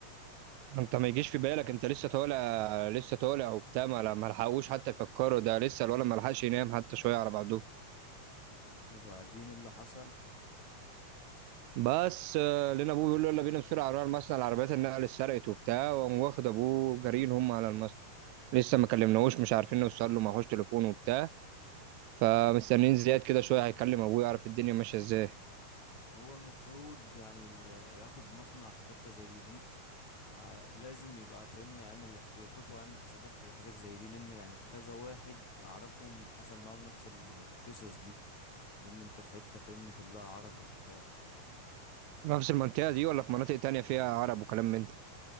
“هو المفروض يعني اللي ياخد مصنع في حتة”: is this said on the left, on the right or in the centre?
Left